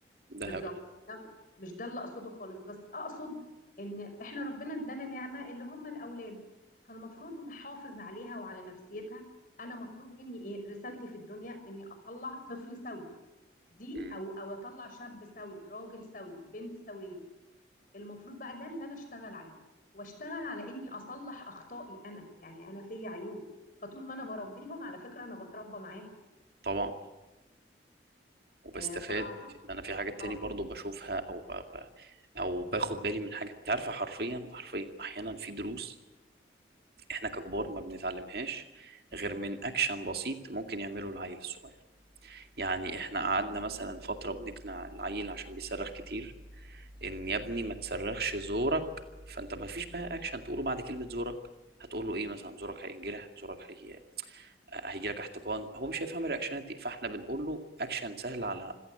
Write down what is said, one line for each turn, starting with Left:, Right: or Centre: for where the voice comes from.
Right: ده
Left: بالظبط
Right: هبل
Left: ده مش ده اللي اقصده خالص بس اقصد ان احنا ربنا ادانا نعمه اللي هم الاولاد فالمفروض نحافظ عليها وعلى نفسيتها انا مطلوب مني ايه رسالتي في الدنيا اني اطلع طفل سوي دي
Right: مم.
Left: او او اطلع شاب سوي راجل سوي بنت سويه المفروض بقى ده اللي انا اشتغل عليه واشتغل على اني اصلح اخطائي انا يعني انا فيا عيوب فطول ما انا بربيهم على فكره انا بتربى معاهم
Right: طبعا وبستفاد
Left: آه فاعتقد
Right: ان انا في حاجات
Left: اه
Right: تاني برضو
Left: إيه؟
Right: بشوفها او ب... ب... او باخد بالي من حاجه انت عارفه حرفيا حرفيا احيانا في دروس احنا ككبار ما بنتعلمهاش غير من اكشن بسيط ممكن يعمله العيل الصغير يعني احنا قعدنا مثلا فترة بنقنع العيل عشان بيصرخ كتير ان يا ابني ما تصرخش زورك فانت ما فيش بقى اكشن تقوله بعد كلمة زورك هتقول له ايه مثلا زورك هينجرح زورك هي... هيجي لك احتقان هو مش هيفهم الرياكشنات دي فاحنا بنقول له اكشن سهل على